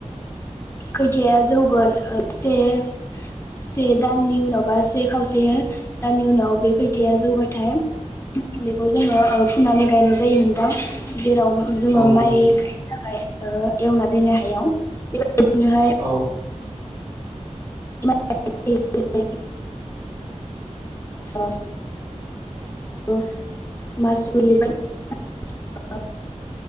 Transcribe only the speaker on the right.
औ नंगौ
नोंथां
औ